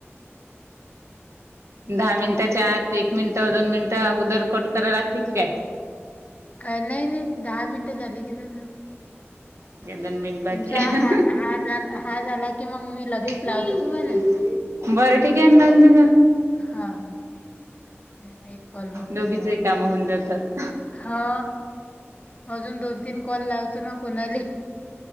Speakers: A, on the left; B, on the right.
A: हम्म.
B: दहा मिनिटाच्या आत, एक मिनिटं, दोन मिनिटं, अगोदर कट कराय लागते की काय?
A: काय नाही नाही दहा मिनटं झाले की झालं.
B: दन मिनट बाकी
A: तुमचा हा हा झाला हा झाला की मग मी लगेच
B: <unintelligible>
A: लावतो तुम्हाला.
B: बरं ठीक आहे लावून दे
A: हा ते एक कॉल होऊन जा
B: दोघीचही
A: तेव्हा.
B: काम होऊन जातात
A: हा अजून दोन. तीन कॉल लावतो ना कोणाली.